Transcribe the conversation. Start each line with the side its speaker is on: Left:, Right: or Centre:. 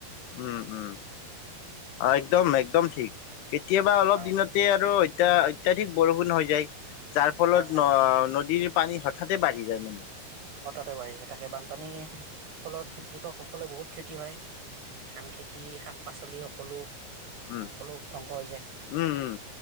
Left: উম উম একদম একদম ঠিক কেতিয়াবা অলপ
Right: হয়
Left: দিনতে
Right: হয়
Left: আৰু এতিয়া অত্যাধিক বৰষুণ হৈ যায় যাৰ ফলত
Right: হয় হয়
Left: ন নদীৰ পানী হঠাতে বাঢ়ি যায় মানে
Right: হঠাতে বাঢ়িছে তাকে বানপানীৰ ফলত কৃষকসকলে বহুত ক্ষতি হয় ধান খেতি শাক পাচলি সকলো মানে
Left: উম
Right: সকলো ধ্বংস হৈ যায়
Left: উম উম